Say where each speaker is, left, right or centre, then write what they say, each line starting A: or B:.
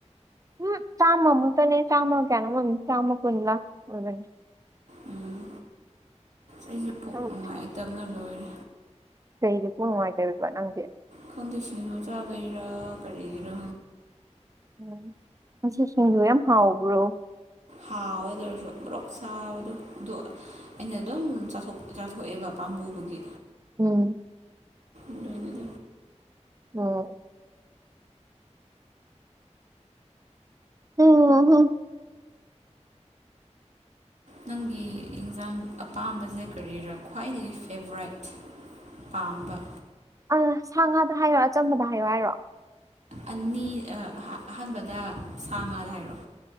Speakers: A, on the right; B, on the right.
A: ꯎꯝ ꯆꯥꯃ ꯃꯨꯛꯇꯅꯦ ꯆꯥꯃ ꯀꯌꯥꯅꯣꯝ ꯑꯣꯏꯕꯅꯦ ꯆꯥꯃ ꯀꯨꯟꯂꯥ ꯑꯣꯏꯕꯥꯅꯤ
B: ꯎꯝ ꯑꯩꯁꯦ ꯄꯨꯛ
A: ꯅꯪ
B: ꯅꯨꯡꯉꯥꯏꯇꯕꯅ ꯂꯣꯏꯔꯦ
A: ꯀꯩꯒꯤ ꯄꯨ ꯅꯨꯡꯉꯥꯏꯇꯔꯤꯕ ꯅꯪꯗꯤ
B: ꯀꯟꯗꯦ ꯁꯤꯟꯖꯨ ꯆꯥꯕꯥꯩꯔ ꯀꯔꯤꯒꯤꯔ
A: ꯎꯝ ꯉꯥꯁꯤꯡꯖꯨ ꯌꯥꯝ ꯍꯥꯎꯕ꯭ꯔꯣ
B: ꯍꯥꯎꯋꯦ ꯑꯗꯨ ꯑꯣꯏꯔꯁꯨ ꯄꯨꯂꯞ ꯁꯥꯎꯕꯗ ꯑꯗꯨ ꯑꯩꯅ ꯑꯗꯨꯝ ꯆꯥꯊꯣꯛ ꯆꯥꯊꯣꯛꯑꯦꯕ ꯄꯥꯝꯕꯨꯕꯒꯤ
A: ꯎꯝ
B: ꯑꯗꯨꯏꯅꯤꯗ
A: ꯑꯣ ꯎꯝꯍꯨꯝ
B: ꯅꯪꯒꯤ ꯑꯦꯟꯖꯡ ꯑꯄꯥꯝꯕꯁꯦ ꯀꯔꯤꯔꯥ ꯈ꯭ꯋꯥꯏꯗꯒꯤ ꯐꯦꯕꯣꯔꯥꯏꯠ ꯄꯥꯝꯕ
A: ꯑ ꯁꯥ ꯉꯥꯗ ꯍꯥꯏꯔꯣ ꯑꯆꯝꯕꯗ ꯍꯥꯏꯌꯣ ꯍꯥꯏꯔꯣ
B: ꯑꯅꯤ ꯑ ꯑꯍ ꯑꯍꯥꯟꯕꯗ ꯁꯥ ꯉꯥꯗ ꯍꯥꯏꯔꯣ